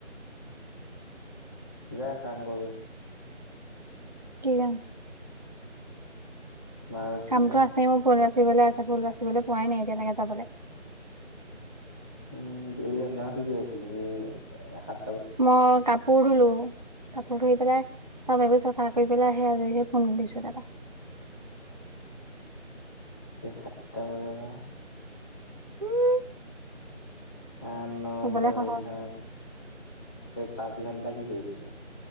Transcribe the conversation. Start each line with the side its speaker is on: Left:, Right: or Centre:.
Left: যা কাম কৰ গে
Right: কি কাম
Left: মাৰ স্কুলত
Right: কামটো আছে, মই পৰুৱা বাচিবলৈ আছে, ফুল বাচিবলৈ পোৱাই নাই এতিয়া লৈকে যাবলে
Left: উম দুই জানি কি কয় আছিলি, এই সাত
Right: মই কাপ কোৰিলো, কাপোৰ ধুই পেলাই চব এইবোৰ চাফা কৰি পেলাই আহিহে আজৰি হৈ ফোন কৰিছো তৰপা
Left: এই সাতটা বজাৰ পৰা
Right: উম
Left: আহ নহ,
Right: শুবলৈ
Left: দহ
Right: সহজ
Left: এঘাৰ এই পাঁচ ঘণ্টা কি কৰিল টো